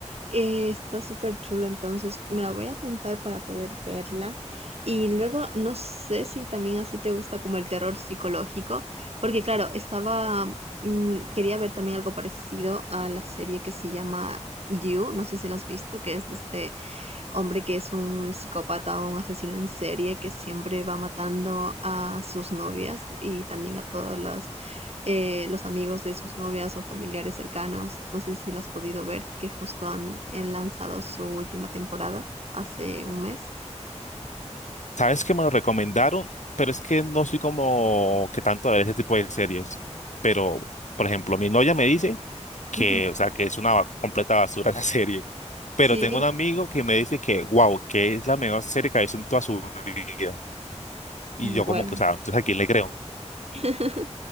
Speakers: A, on the right; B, on the left.
A: Eh, está súper chulo, entonces me la voy a apuntar para poder verla. Y luego no sé si también así te gusta como el terror psicológico, porque claro, estaba, mm, quería ver también algo parecido a la serie que se llama You, no sé si la has visto, que es de este hombre que es un psicópata o un asesino en serie que siempre va matando a sus novias y también a todos los, eh, los amigos de sus novias o familiares cercanos. No sé si lo has podido ver, que justo han, han lanzado su última temporada hace un mes.
B: Sabes que me lo recomendaron, pero es que no soy como que tanto a ver ese tipo de series. Pero, por ejemplo, mi novia me dice que,
A: Ujú.
B: o sea, que es una ba- completa basura <laughs> esa serie. Pero
A: Sí,
B: tengo un amigo que me dice que, wow, que es la mejor serie que ha visto en toda su vida. Y yo
A: bueno.
B: como que, o sea, entonces ¿a quién le creo?
A: <laughs>